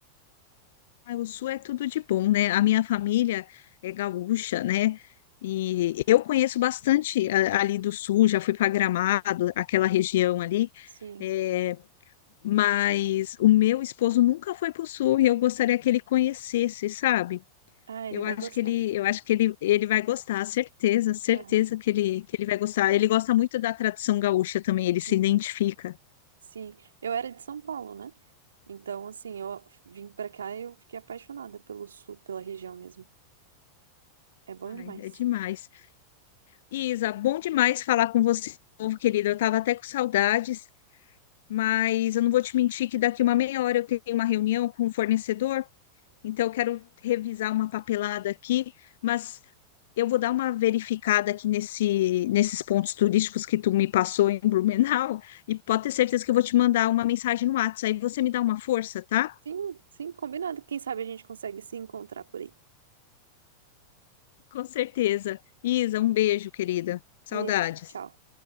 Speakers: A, on the left; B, on the right.
A: Ai, O Sul é tudo de bom, né? A minha família é gaúcha, né? E eu conheço bastante a- ali do Sul, já fui para Gramado, aquela região ali,
B: Sim.
A: é, mas o meu esposo nunca foi para o Sul e eu gostaria que ele conhecesse, sabe?
B: Ah, ele
A: Eu
B: vai
A: acho
B: gostar.
A: que ele, eu acho que ele, ele vai gostar, certeza, certeza
B: Aham.
A: que ele, que ele vai gostar. Ele gosta muito da tradição gaúcha também, ele se
B: Uhum.
A: identifica.
B: Sim, eu era de São Paulo, né? Então, assim, eu vim pra cá e eu fiquei apaixonada pelo sul, pela região mesmo. É bom
A: Ai,
B: demais.
A: é demais. Isa, bom demais falar com você, de novo, querida. Eu estava até com saudades. mas eu não vou te mentir que daqui uma meia hora eu tenho uma reunião com o fornecedor, então eu quero revisar uma papelada aqui, mas eu vou dar uma verificada aqui nesse, nesses pontos turísticos que tu me passou em Blumenau, <laughs> e pode ter certeza que eu vou te mandar uma mensagem no WhatsApp, aí você me dá uma força, tá?
B: Sim, sim, combinado. Quem sabe a gente consegue se encontrar por aí.
A: Com certeza. Isa, um beijo, querida. Saudades.
B: Beijo, tchau.